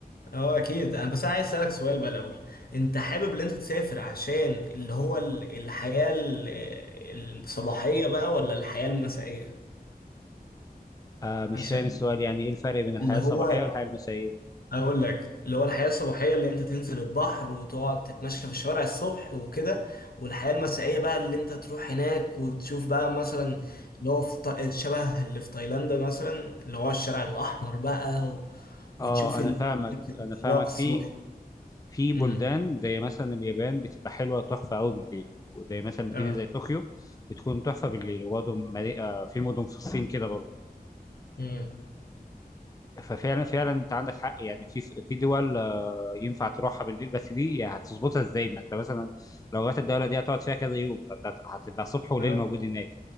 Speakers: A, on the left; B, on the left.
A: اه اكيد انا بس انا عايز اسالك سؤال بقى الاول انت حابب ان انت تسافر عشان اللي هو ال- الحياة ال- الصباحية بقى ولا الحياة المسائية
B: آه مش
A: عشان
B: فاهم السؤال يعني ايه الفرق بين الحياه
A: اللي
B: الصباحيه
A: هو
B: والحياه المسائيه
A: اقول لك اللي هو الحياة الصباحية اللي انت تنزل البحر وتقعد تتمشى في الشوارع الصبح وكده والحياة المسائية بقى اللي انت تروح هناك وتشوف بقى مثلا اللي هو في ط- شبه اللي في تايلاند مثلا اللي هو الشارع الاحمر بقى و...
B: اه
A: وتشوف
B: انا
A: ال-
B: فاهمك انا فاهمك
A: الرقص
B: في في بلدان
A: امم
B: زي مثلا اليابان بتبقى حلوه تحفه قوي بالليل وزي مثلا مدينه
A: اه
B: زي طوكيو بتكون تحفه بالليل وبرضه مدي- آه، في مدن في الصين كده برضه
A: امم
B: ففعلا فعلا انت عندك حق يعني في في دول آه، ينفع تروحها بالليل بس دي يعني هتظبطها ازاي ما انت مثلا لو رحت الدوله دي هتقعد فيها كذا يوم فانت هت- هتبقى صبح وليل
A: اه
B: موجود هناك